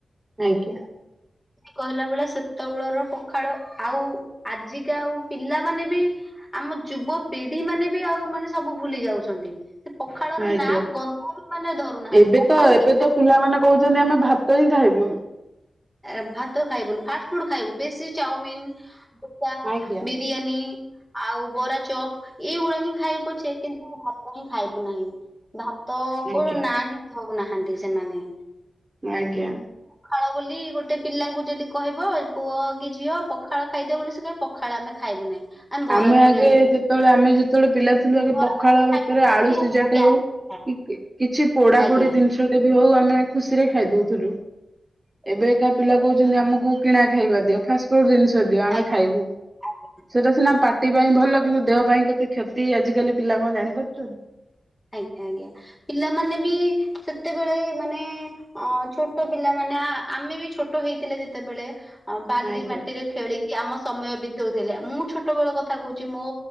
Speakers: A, on the right; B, in the centre.
A: ଆଜ୍ଞା।
B: କହିଲା ବେଳେ ସେତେବେଳର ପଖାଳ ଆଉ ଆଜିକା ଆଉ ପିଲାମାନେ ବି ଆମ ଯୁବ ପିଢି ମାନେ ବି ଆଉ ମାନେ ସବୁ ଭୁଲି ଯାଉଛନ୍ତି। ପଖାଳର
A: ଆଜ୍ଞା
B: ନାଁ ଗନ୍ଧଳ ମାନେ ଧରୁନାହାନ୍ତି।
A: ଏବେ
B: ପଖାଳ
A: ତ ଏବେ
B: କିଏ
A: ତ
B: ଖାଇବ?
A: ପିଲାମାନେ କହୁଛନ୍ତି ଆମେ ଭାତ ହିଁ ଖାଇବୁନୁ।
B: ଏ ଭାତ ଖାଇବୁନି ଫାଷ୍ଟ ଫୁଡ ଖାଇବୁ। ବେଶୀ ଚାଉମିନ <inaudible>
A: ଆଜ୍ଞା
B: ବିରିୟାନୀ ଆଉ ବରା ଚପ୍। ଏଇଗୁଡା ହିଁ ଖାଇବୁଛେ କିନ୍ତୁ ଭାତ ହିଁ ଖାଇବୁ ନାହିଁ। ଭାତ
A: ଆଜ୍ଞା
B: କୋର ନାହିଁ। ଧରୁନାହାନ୍ତି ସେମାନେ।
A: ଆଜ୍ଞା।
B: ପଖାଳ ବୋଲି ଗୋଟେ ପିଲାଙ୍କୁ ଯଦି କହିବ ପୁଅ କି ଝିଅ ପଖାଳ ଖାଇଦେବ ବୋଲି ସେ କହିବ ପଖାଳ ଆମେ ଖାଇବୁ ନାହିଁ। ବରା
A: ଆମେ
B: ଘୁଗୁନି
A: ଆଗେ
B: ଆଣିକି
A: ଯେତେବେଳେ ଆମେ ଯେତେବେଳେ ପିଲା ଥିଲୁ ଆଗେ
B: ବରା
A: ପଖାଳ
B: ଘୁଗୁନି
A: ଭାତରେ
B: ଖାଇବା ଦ୍ୱାରା
A: ଆଳୁ
B: ହିଁ
A: ସିଝାଟେ
B: ଆମର ଗ୍ୟାସ୍
A: ହଉ
B: ହେଇଥାଏ
A: କି କିଛି ପୋଡା
B: ଆଜ୍ଞା
A: ପୋଡି ଜିନିଷଟେ ବି ହଉ ଆମେ ଖୁସିରେ ଖାଇ ଦଉଥିଲୁ। ଏବେକା ପିଲା କହୁଛନ୍ତି ଆମକୁ କିଣା ଖାଇବା ଦିଅ ଫାଷ୍ଟଫୁଡ ଜିନିଷ ଦିଅ ଆମେ
B: ଆଜ୍ଞା
A: ଖାଇବୁ।
B: <inaudible>
A: ସେଇଟା ସିନା ପାଟି ପାଇଁ ଭଲ କିନ୍ତୁ ଦେହ ପାଇଁ କେତେ କ୍ଷତି ଆଜିକାଲି ପିଲା କଣ ଜାଣିପାରୁଛନ୍ତି?
B: ଆଜ୍ଞା, ଆଜ୍ଞା। ପିଲାମାନେ ବି ସେତେବେଳେ ମାନେ ଅ ଛୋଟ ପିଲାମାନୋନେ ଆମେ ବି ଛୋଟ ହେଇଥିଲେ ଯେତେବେଳେ ଅ ବାଲି
A: ଆଜ୍ଞା।
B: ମାଟିରେ ଖେଳି କି ଆମ ସମୟ ବିତଉଥିଲେ ମୁଁ ଛୋଟ ବେଳ କଥା କହୁଛି ମୋ